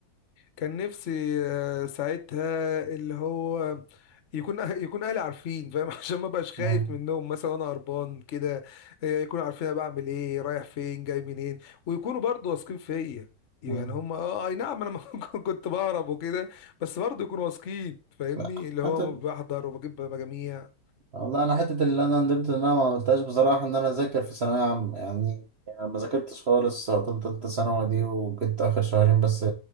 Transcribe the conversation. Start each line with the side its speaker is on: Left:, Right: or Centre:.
Left: كان نفسي آه، ساعتها اللي هو يكون أه- يكون اهلي عارفين فاهم <laughs> عشان ما بقاش خايف
Right: مم.
Left: منهم مثلا وانا هربان كده آه، يكونوا عارفين انا بعمل ايه رايح فين جاي منين ويكونوا برضو واثقين فيا يعني
Right: مم.
Left: هم اه اي نعم انا <laughs> ما كنت بهرب وكده بس برضو يكونوا واثقين فاهمني
Right: لا
Left: اللي هو
Right: انت
Left: بحضر وبجيب مجاميع
Right: والله انا حته اللي انا ندمت ان انا ما عملتهاش بصراحه ان انا اذاكر في ثانويه عامه يعني يعني ما ذاكرتش خالص طول تالتة ثانوي دي وكنت اخر شهرين بس